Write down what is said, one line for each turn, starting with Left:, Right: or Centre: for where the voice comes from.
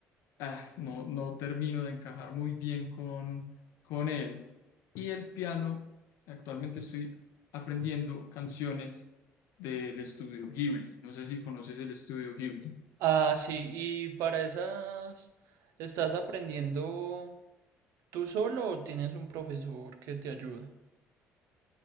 Left: ah, no, no termino de encajar muy bien con, con él. Y el piano, actualmente estoy aprendiendo canciones del estudio Ghibli. No sé si conoces el estudio Ghibli.
Right: Ah, sí, y para esas, ¿estás aprendiendo tú solo o tienes un profesor que te ayuda?